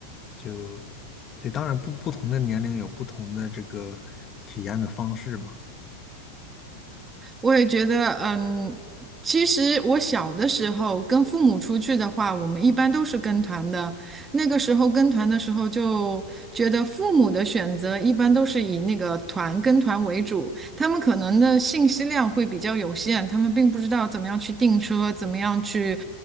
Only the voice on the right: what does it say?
我也觉得，嗯，其实我小的时候跟父母出去的话，我们一般都是跟团的。那个时候跟团的时候，就觉得父母的选择一般都是以那个团跟团为主，他们可能的信息量会比较有限，他们并不知道怎么样去订车，怎么样去，